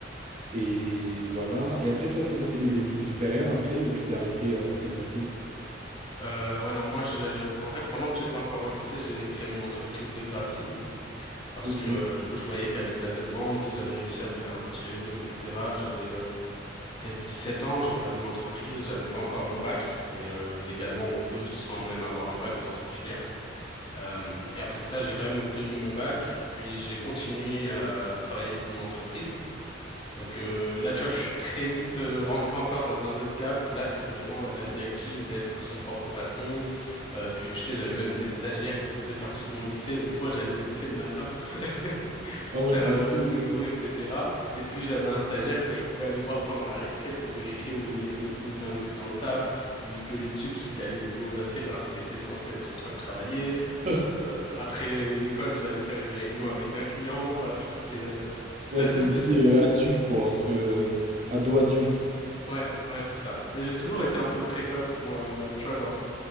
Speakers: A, on the right (about 40°); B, on the left (about 30°).
A: Et voilà. Et après, toi, est-ce que tu as fait des études supérieures après, ou tu t'es arrêté euh, après le lycée?
B: Euh, ouais, non, moi, je, en fait, pendant que j'étais encore au lycée, j'ai créé mon entreprise de graphisme. Parce
A: Ok.
B: que euh, du coup, je voyais qu'il y avait de la demande, j'avais réussi à me faire un petit réseau, etc. J'avais euh, peut-être 17 ans, j'ai ouvert mon entreprise, j'avais pas encore mon bac, mais euh, légalement, on peut sans même avoir le bac dans cette filière. Euh, et après ça, j'ai quand même obtenu mon bac, puis j'ai continué à travailler pour mon entreprise. Donc euh, là, tu vois, je suis très vite euh, rentré encore dans un autre gap où là, c'est vraiment euh, la vie active, mais être son propre patron. Euh, puis tu sais, j'avais même des stagiaires qui faisaient partie de mon lycée, donc moi, j'allais au lycée le matin. <laughs>
A: Ah
B: pour
A: ouais,
B: faire
A: c'est
B: euh,
A: fou.
B: mes cours, etc. Et puis j'avais un stagiaire que je pouvais aller voir pendant la récré pour vérifier où il, est- où il en était dans le taf, lui gueuler dessus parce qu'il allait jouer au basket alors qu'il était censé être en train de travailler.
A: <laughs>
B: Euh, après l'é- l'école, j'allais faire une réunion avec un client. Enfin, tu vois, c'était euh, c'était
A: Ouais,
B: assez
A: c'est une
B: spécial.
A: vie euh, adulte, quoi, entre euh, ado-adulte.
B: Ouais, ouais, c'est ça. Mais j'ai toujours été un peu précoce, moi. euh, Tu vois, genre